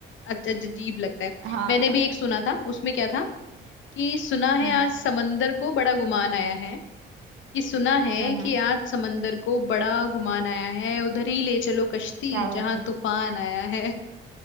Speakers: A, on the left; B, on the right.
A: अज- अजीब लगता है
B: हाँ
A: मैंने भी एक सुना था उसमें क्या था कि सुना है
B: हम्म
A: आज समंदर को बड़ा गुमान आया है कि सुना है
B: हम्म
A: कि
B: हम्म,
A: आज समंदर को बड़ा गुमान आया है उधर ही ले चलो कश्ती
B: क्या बात
A: जहां
B: है
A: तूफान आया है